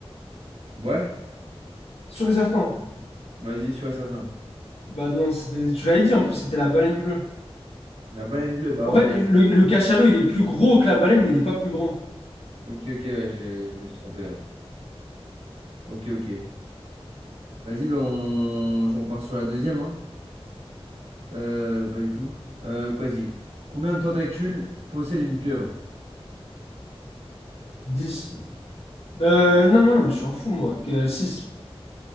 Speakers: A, on the right (about 75°); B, on the left (about 70°).
A: Ouais,
B: Sûr et certain.
A: vas-y, sur et certain.
B: Bah non, c'était, tu l'avais dit en plus, c'était la baleine bleue.
A: La baleine bleue, bah
B: En fait,
A: ouais,
B: le,
A: je suis...
B: le cachalot, il est plus gros que la baleine, mais il n'est pas plus grand.
A: Ok, ok, ouais, je, je me suis trompé alors. Ok, ok. Vas-y, ben on... on part sur la deuxième, hein. Euh, pas du tout. Euh, quasi. Combien de tentacules possède une pieuvre?
B: dix Euh,
A: Alors,
B: non, non, non, mais je suis un fou, moi. Que 6.